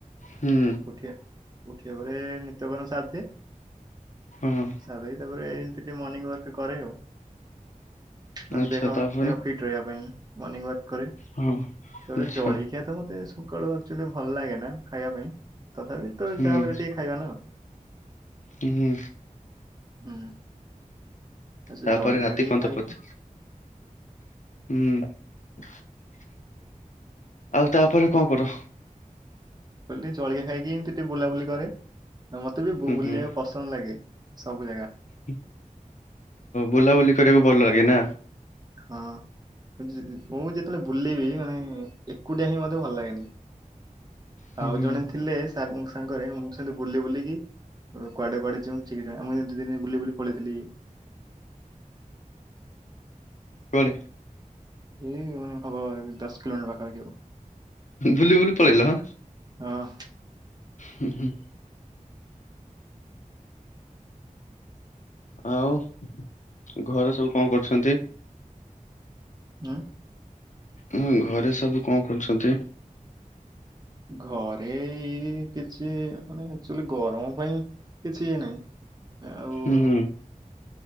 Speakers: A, on the left; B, on the right.
A: ହୁଁ।
B: ଉଠିବା ଉଠିବା ପରେ ନିତ୍ୟକର୍ମ ସାରି ଦିଏ।
A: ହଁ
B: ସାରିଦେଇକି ତା ପରେ ଏମତି ଟିକେ ମର୍ନିଙ୍ଗ ୱାର୍କ କରେ ଆଉ। କାଣ
A: ଆଚ୍ଛା
B: ଦେହ,
A: ତାପରେ
B: ଦେହ ଫିଟ୍ ରହିବା ପାଇଁ। ମର୍ନିଙ୍ଗ ୱାର୍କ କରେ।
A: ହଁ ଆଚ୍ଛା
B: ତାପରେ ଜଳଖିଆ ତ ମତେ ସ ସକାଳୁ ଆକ୍ଚୁଆଲି ଭଲ ଲାଗେ ନା ଖାଇବା ପାଇଁ। ତଥାପି, ତୋ
A: ହୁଁ
B: ଯାହା ମିଳେ ଟିକେ ଖାଇବା ନା।
A: ହୁଁ
B: ହୁଁ, ସେ
A: ତାପରେ
B: ଜଳଖିଆ
A: ରାତି
B: ଟିକେ
A: ପନ୍ତ
B: ଖାଇକି
A: ପଛ ହୁଁ। ଆଉ ତାପରେ କଣ କର?
B: କଇଲ ଟିକେ ଜଳିଖିଆ ଖାଇଦିଏ। ଏମିତି ଟି ବୁଲାବୁଲି କରେ ଆଉ ମତେ ବି ବୁଲିଆକୁ
A: ହୁଁ ହୁଁ
B: ପସନ୍ଦ ଲାଗେ। ସବୁ ଜାଗା।
A: ହଁ, ବୁଲାବୁଲି କରିବାକୁ ଭଲ ଲାଗେ ନା।
B: ହଁ। ମୁଁ, ଯି-ଯି-ଯେତେବେଳେ ବୁଲିବି ମାନେ ଏକୁଟିଆ ହିଁ, ମତେ ଭଲ ଲାଗେନି।
A: ହୁଁ
B: ଆଉ
A: ହୁଁ
B: ଜଣେ ଥିଲେ, ସାଗ୍ ସାଙ୍ଗରେ, ମୁଁ ସେମତି ବୁଲି ବୁଲିକି। କୁଆଡେ କୁଆଡେ ଯେଉଁ ଠିକ୍ ଠିକଣା। ଆ ମୁଁ ହିଁତି ଦିନେ ବୁଲି ବୁଲି ପଳେଇଥିଲି।।
A: କୁଆଡେ?
B: ଏଇ ମାନେ ହବ, ଦଶ କିଲୋମିଟର ପାଖାପାଖି ହବ।
A: ବୁଲି ବୁଲି ପଳେଇଲ ହାଁ।
B: ହଁ।
A: ହୁଁ, ହୁଁ। ଆଉ ଘରେ ସବୁ କଣ କରୁଛନ୍ତି?
B: ହୁଁ।
A: ଉଁ ଘରେ ସବୁ କଣ କରୁଛନ୍ତି।
B: ଘରେ ଏଇ କିଛି ମାନେ ଆକଚୁଆଲି ଗରମ ପାଇଁ କିଛି ଇଏ ନାହିଁ। ଆଉ
A: ଉଁ ହୁଁ।